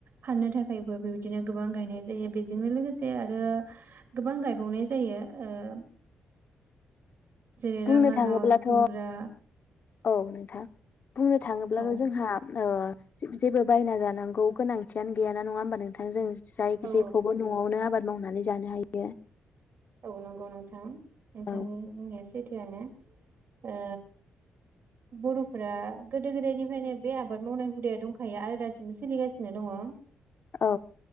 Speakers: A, on the right; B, on the left.
A: फाननो थाखायबो बेबायदिनो गोबां गायनाय जायो बेजोंनो लोगोसे आरो गोबां गायबावनाय जा जायो ओ जेरै
B: बुंनो
A: राङालाव
B: थाङोब्लाथ'
A: खुमब्रा
B: औ नोंथां। बुंनो थाङोब्लाबो
A: औ
B: जोंहा औ जेबो बायना जानांगौ गोनांथियानो गैयाना नङा होमबा नोंथ थां जों जायि
A: औ
B: जेखौबो न'आवनो आबाद मावनानै जानो हायो।
A: औ नंगौ नोंथां। नोंथांनि
B: औ
A: बुंनाया सैथोआनो। ओ बर'फोरा गोदो गोदायनिफ्रायनो बे आबाद मावनाय हुदाया दंखायो आरो दासिमबो सोलिगासिनो दङ।
B: औ